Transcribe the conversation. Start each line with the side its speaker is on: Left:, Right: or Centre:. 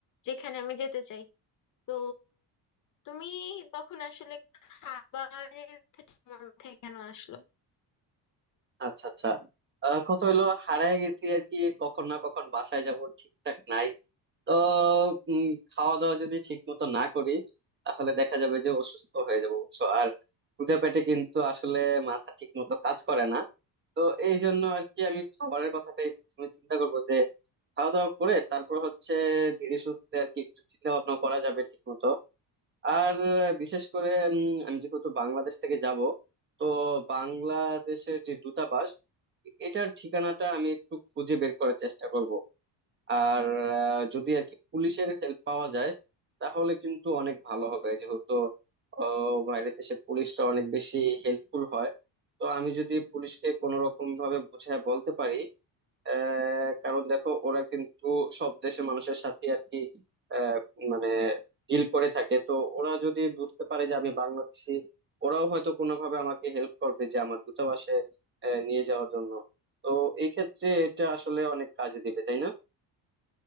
Left: যেখানে আমি যেতে চাই তো তুমি তখন আসলে খাবারের কথাটা তোমার মাথায় কেন আসলো
Right: আচ্ছা আচ্ছা আহ, কথা হলো হারায় গেছি আর কি কখন না কখন বাসায় যাব ঠিকঠাক নাই তো উম, খাওয়া দাওয়া যদি ঠিক মতো না করি তাহলে দেখা যাবে যে অসুস্থ হয়ে যাবো বুঝছো আর ক্ষুধা পেটে কিন্তু আসলে মাথা ঠিক মতো কাজ করে না তো এই জন্য আর কি আমি খাবারের কথাটাই প্রথমে চিন্তা করবো যে খাওয়া দাওয়া করে তারপর হচ্ছে ধীরে সুস্থে আর কি একটু চিন্তা ভাবনা করা যাবে ঠিক মতো আর বিশেষ করে উম, আমি যেহেতু বাংলাদেশ থেকে যাব তো বাংলাদেশের যে দূতাবাস এটার ঠিকানাটা আমি একটু খুঁজে বের করার চেষ্টা করব আর আহ, যদি আর কি পুলিশের হেল্প পাওয়া যায় তাহলে কিন্তু অনেক ভালো হবে যেহেতু আহ, বাইরের দেশে পুলিশটা অনেক বেশি হেল্পফুল হয় তো আমি যদি পুলিশকে কোনো রকম ভাবে বুঝায় বলতে পারি আহ, কারণ দেখো ওরা কিন্তু সব দেশের মানুষের সাথে আর কি আহ, মানে ডিল করে থাকে তো ওরা যদি বুঝতে পারে যে আমি বাংলাদেশি ওরাও হয়তো কোনোভাবে আমাকে হেল্প করবে যে আমার দূতাবাসে আহ, নিয়ে যাওয়ার জন্য তো এই ক্ষেত্রে এটা আসলে অনেক কাজে দিবে তাই না